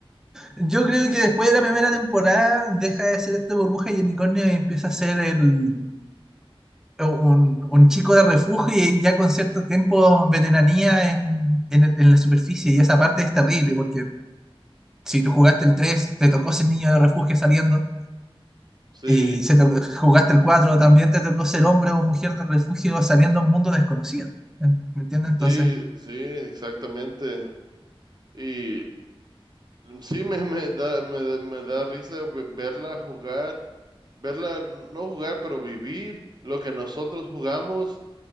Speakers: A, in the centre; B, on the right.
A: Yo creo que después de la primera temporada deja de ser este burbuja y el unicornio y empieza a ser el, un, un chico de refugio y ya con cierto tiempo veteranía en, en, el- en la superficie. Y esa parte es terrible porque Si tú jugaste el 3 te tocó ser niño de refugio saliendo.
B: Sí,
A: Y si te- jugaste el 4 también te tocó ser hombre o mujer de refugio saliendo a un mundo desconocido. ¿En- ¿Me entiendes? Entonces,
B: sí, sí, exactamente. Y sí me, me da, me, da me da risa ve- verla jugar, verla no jugar, pero vivir lo que nosotros jugamos.